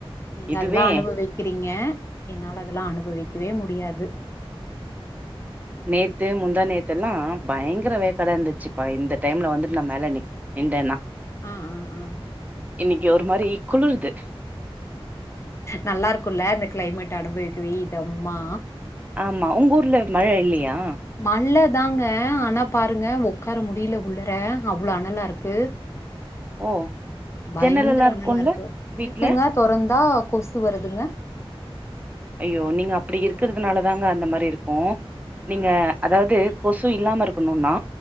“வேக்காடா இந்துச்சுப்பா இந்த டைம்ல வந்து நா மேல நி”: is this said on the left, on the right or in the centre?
Right